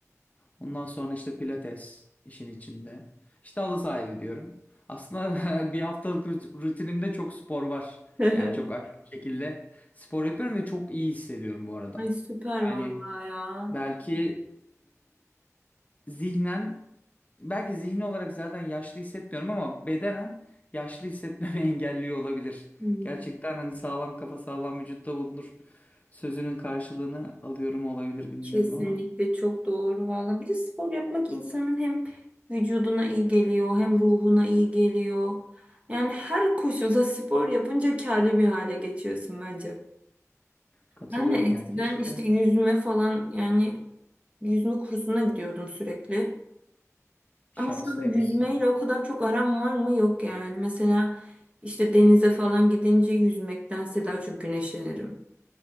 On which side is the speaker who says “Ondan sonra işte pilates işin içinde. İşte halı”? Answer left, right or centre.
Left